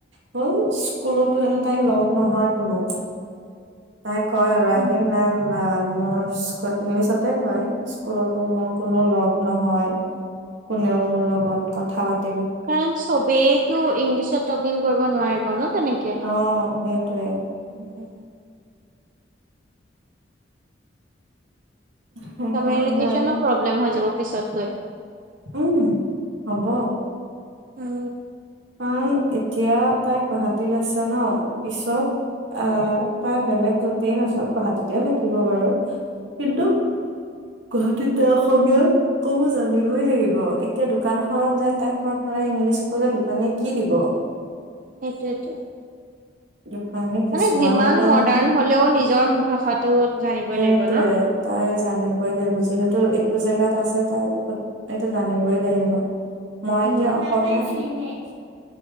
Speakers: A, on the right; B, on the right.
A: হ'ল স্কুলতো হেনো তাই লগ। নহয় কোনো। তাই কয় আৰু আহিম
B: উম,
A: মেম‌ অ'। মই ইংলিছতে কয়। স্কুলতো মোৰ কোনো লগ নহয়। কোনেও মোৰ লগত কথা পাত
B: কাৰণ চবেইতো ইংলিছত টকিং কৰিব নোৱাৰিব ন' তেনেকে।
A: অ সেইটোৱে
B: উম,
A: সেইকাৰণে
B: কমিউনিকেচনৰ
A: আৰু
B: প্ৰব্লেম হৈ যাব। পিছতকৈ।
A: উম হব।
B: উম।
A: কাৰণ এতিয়া তাই গুৱাহাটীত আছে ন, পিছত অহ তাই বেলেগ য'তেই নাচব গুৱাহাটীতে থাকিব বাৰু। কিন্তু গুৱাহাটীত ত অসমীয়া ক'ব জানিবই লাগিব। এতিয়া দোকান এখনত যাই তাই ফৰ ফৰাই ইংলিছ ক'লে মানে কি দিব
B: সেইটোৱেতো
A: দোকানী কিছুমান
B: মানে যিমান
A: দোকানীহে
B: মডাৰ্ণ হলেও নিজৰ ভাষাটো জানিবই
A: সেইটোয়ে
B: লাগিব ন।
A: তাই জানিবই লাগিব যিহেতু এইটো জেগাত আছে তাই এইটো ক এইটো জানিবই লাগিব। মই এতিয়া
B: উম।
A: অসমত <unintelligible>